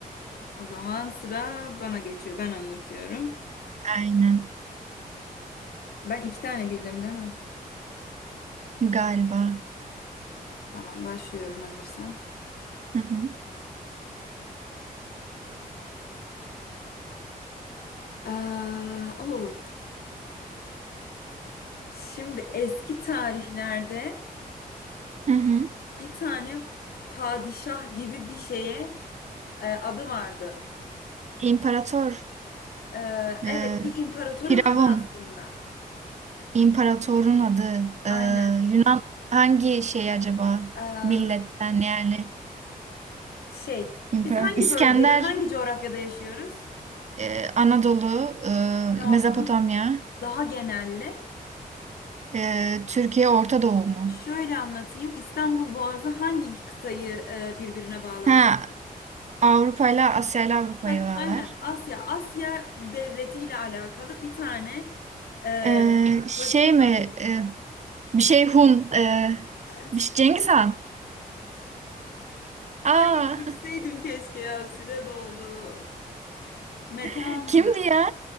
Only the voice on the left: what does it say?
O zaman sıra bana geçiyor. Ben anlatıyorum.
Ben iki tane bildim değil mi?
Tamam başlıyorum hazırsan.
Aa, oh. Şimdi eski tarihlerde
bir tane padişah gibi bir şeye e, adı vardı.
E,
evet bir imparatorun
adı aslında.
Aynen.
Aa,
şey
biz hangi
bölgede hangi coğrafyada yaşıyoruz?
Tamam
onu daha genelle.
Şöyle anlatayım. İstanbul Boğazı hangi iki kıtayı e, birbirine bağlar
mesela?
Heh,
aynen. Asya. Asya devletiyle alakalı bir tane e,
başın
adı.
Hayır.
Ay geçseydim keşke ya. Süre doldu. Metandı.